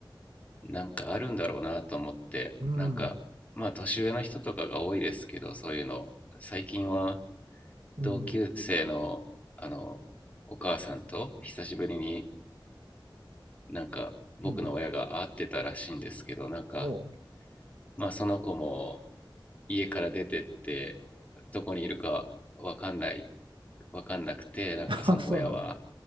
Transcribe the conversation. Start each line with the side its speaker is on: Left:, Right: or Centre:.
Left: うなんかあるんだろうなと思ってなんかまあ年上の人とかが多いですけどそういうの最近は
Right: うん。うん、
Left: 同級生のあのお母さんと久しぶりになんか僕の親が会ってたらしいんですけどなんか
Right: うん。お
Left: まあその子も家から出てってどこにいるかわかんないわかんなくてなんかその親は
Right: ー、<laughs> そうなんです。